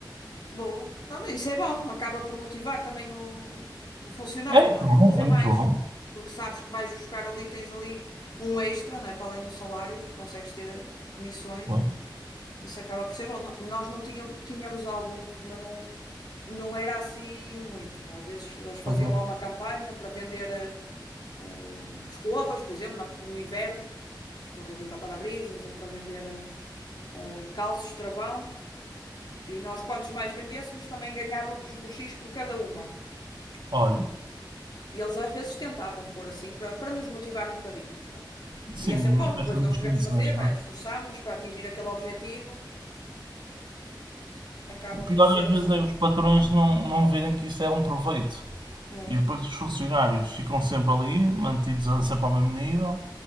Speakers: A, on the left; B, on the right.
A: Boa. Não, mas isso é bom, acaba por motivar também o, o funcionário,
B: É muito
A: não é?
B: bom,
A: A Fazer
B: é
A: mais,
B: muito bom.
A: porque sabes que vais buscar ali, tens ali um extra, não é? Para além do salário, consegues ter eh, comissões,
B: Pois,
A: isso acaba por ser bom. No- Nós não tínhamos, tínhamos alguns, mas não, não era assim muito. Às vezes eles faziam
B: uhum.
A: lá uma campanha para vender eh, eh, escovas, por exemplo, na- no inverno, escovas limpa-parabrisas, ou para vender eh, calços travão. E nós, quantos mais vendêssemos, também ganhávamos um X por cada uma.
B: Olha,
A: E eles às vezes tentavam pôr assim, para para nos motivar um bocadinho. Para...
B: sim,
A: E é sempre
B: uma
A: bom,
B: espécie
A: pois
B: de
A: nós
B: umas
A: queremos
B: comissões,
A: fazer,
B: não
A: né?
B: é?
A: Esforçámos-nos para atingir aquele objetivo. Acaba
B: O pior
A: por ser
B: às vezes
A: assim.
B: é os patrões não, não verem que isso é um proveito.
A: É,
B: E depois os funcionários ficam sempre ali, mantidos a- sempre ao mesmo nível.